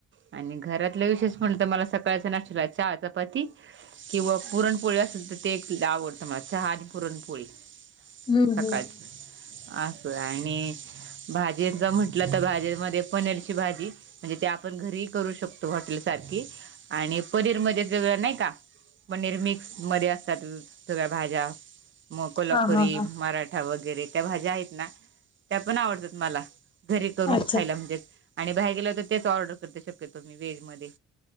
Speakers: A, on the right (about 40°); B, on the left (about 15°).
A: आणि घरातलं विशेष म्हण मला सकाळच्या नाशट्याला चहा चपाती किंवा पुरण पोळी असेल तर ते सुद्धा ते एक आवडतं मला चहा आणि पुरणपोळी
B: हं,
A: सकाळची.
B: हं.
A: असं आणि भाजीचा म्हंटलं तर भाजीमध्ये पनीरची भाजी. म्हणजे ते आपण घरीही करू शकतो हॉटेल सारखी आणि पनीर मध्ये वेगळं नाही का. पनीर मिक्स मध्ये असतात सगळ्या भाज्या मग कोल्हापुरी
B: हां, हां, हां.
A: मरा ठा वगैरे त्या भाज्या आहेत ना त्या पण आवडतात मला घरी करून
B: अच्छा.
A: खायला म्हणजे आणि बाहेर गेलं तर तेच ऑर्डर करते शक्यतो मी व्हेज मध्ये.